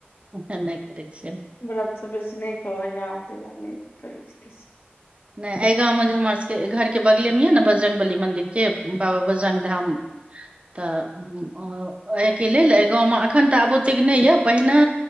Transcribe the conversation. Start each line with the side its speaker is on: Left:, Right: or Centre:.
Right: ओहन नहि करै छियै
Left: व्रतसँ बेसी नहि कहैए आब ताहि दुआर नहि करैत छीै
Right: नहि एहि गाँव मे जे हमर सबके घरके बगले मे यऽ ने बजरङ्ंग बली मंन्दिर के बाबा बजरङ्ंग धाम तऽ एहिके लेल एहि गाँवमे एखन तऽ आब ओतेक नहि यए पहिने